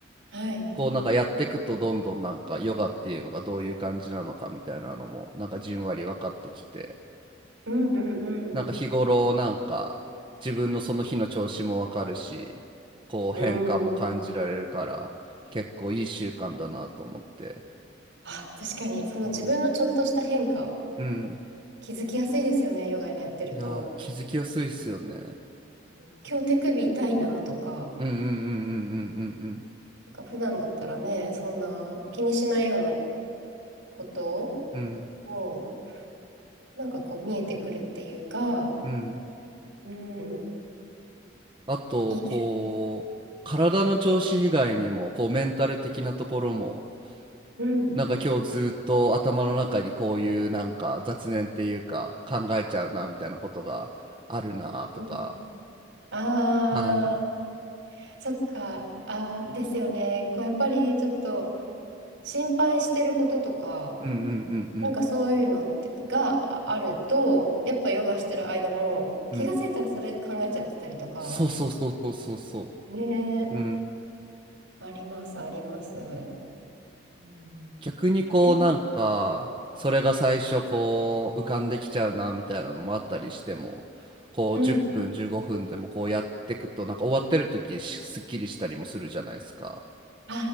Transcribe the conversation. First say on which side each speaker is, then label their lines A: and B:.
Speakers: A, on the right; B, on the right.
A: はい。
B: こうなんかやっていくとどんどんなんかヨガっていうのがどういう感じなのかみたいなのもなんかじんわり分かってきて、
A: うんうん
B: なんか日頃なんか自分のその日の調子も分かるし、こう変化も感じられるから結構いい習慣だなと思って。
A: うん。うん。あ、確かに、その自分のちょっとした変化
B: うん。うん。
A: 気づきやすいですよね、ヨガやってると。
B: いやー、気づきやすいっすよね。
A: うん今日手首痛いなとか、
B: うんうんうんうんうんうんうん。
A: なんか普段だったらね、そんな気にしないようなこと
B: うん
A: を、なんかこう見えてくるっていうか、
B: うん。
A: うん、
B: あと、
A: いいです。
B: こう、体の調子以外にも、こう、メンタル的なところも、
A: うん。
B: なんか今日ずっと頭の中にこういうなんか雑念っていうか考えちゃうなみたいなことがあるなとか、
A: うん、ああ、
B: はい。
A: そっか。ああ、ですよね。こうやっぱりちょっと心配してることとか、
B: うんうんうんうん
A: なんかそういうのってがああると、やっぱヨガしてる間も気がついたらそれ考えちゃってたりとか、
B: うん。そうそうそうそうそうそ
A: ね
B: う。うん。
A: あります、あります。うん。
B: 逆にこうなんかそれが最初こう浮かんできちゃうなみたいなのもあったりしてもこう10分15分でもこうやっていくとなんか終わってる時しすっきりしたりもするじゃないですか。
A: え、うん。あ